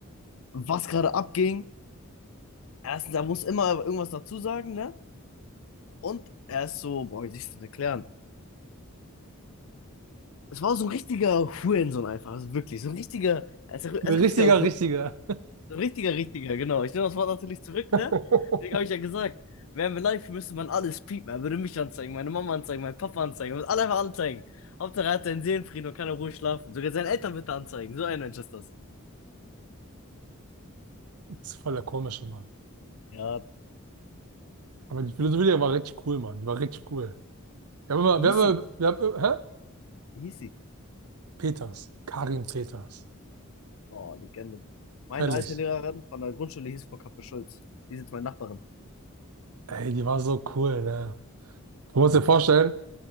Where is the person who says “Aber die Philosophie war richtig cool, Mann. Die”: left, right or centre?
Right